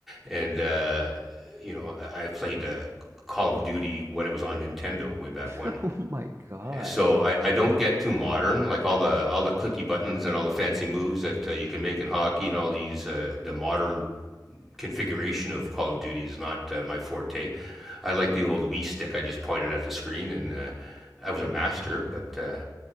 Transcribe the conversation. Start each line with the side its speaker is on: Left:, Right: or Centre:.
Centre: And uh, you know, I I played uh, Call of Duty when it was on Nintendo way back when.
Right: Oh my God.
Centre: So I, I don't get too modern, like all the all the clicky buttons and all the fancy moves that uh, you can make in hockey and all these uh, the modern configuration of Call of Duty is not uh, my forte. I like the old Wii stick. I just pointed at the screen, and uh, I was a master, but uh,